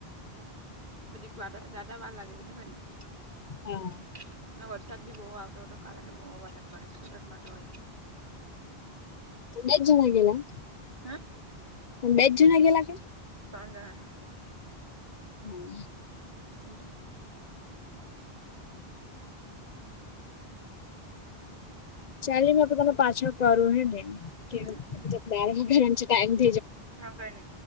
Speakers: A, on the right (about 50°); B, on the left (about 50°).
A: પછી ક જાદા વાળ લાગે બીજું કઈ નહિ
B: હા
A: અને વરસાદ બી બહુ આવતો હતો કારાણ બહુ વરસાદ પડે સુરતમાં તો હો
B: બેજ જ જણા ગેલા.
A: હા?
B: બેચ જના ગેલા કે?
A: ત્રણ જણા.
B: હા
A: હલે.
B: ચાલે મે તને પાછા કરું હે ને
A: હમ
B: કે <unintelligible>
A: હમ હા કે ને